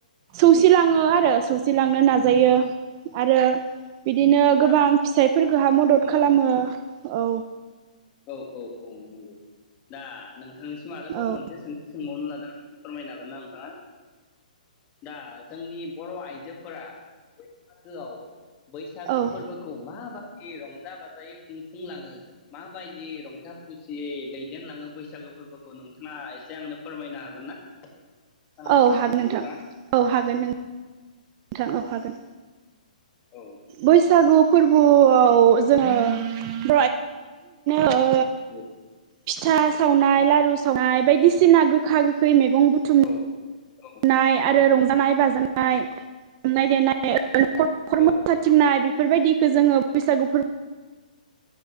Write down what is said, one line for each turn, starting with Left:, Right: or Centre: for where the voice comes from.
Right: <unintelligible> सिलाङो आरो सौसिलांनो नाजायो। आरो बिदिनो
Left: खोनादों
Right: गोबां फिसायफोरखो हा मदद
Left: नंगौ
Right: खालामो। औ।
Left: औ औ औ नंगौ दा नों थांनिसिम आरोबाव
Right: औ
Left: मोनसे सोंथि सोंबावनो <unintelligible> फोरमायनो हागोन ना नोंथाङा दा जोंनि बर आइजोफोरा <unintelligible> बैसागु
Right: औ
Left: फोरबोखौ मा बा <unintelligible> रंजा बाजायै खुंफुंलाङो माबायदि <unintelligible> रंजा खुसि दैदेनलाङो बैसागो फोरबोखौ नोंथाङा एसे आंनो फोरमायनो हागोन ना? खोनादोंना
Right: औ हागोन नोंथां
Left: नोंथाङा
Right: औ हागोन नों थां औ हागोन।
Left: औ
Right: बैसागु फोरबोआव जोङो <unintelligible> ओ
Left: औ
Right: फिथा सावनाय लारु सावनाय बायदि सिना गोखा गोखै मेग गं बुथुम
Left: औ औ
Right: नाय आरो रंजानाय बाजा <unintelligible> ए <unintelligible>
Left: औ औ
Right: बेफोरबायदिखौ जोङो बैसागु <unintelligible>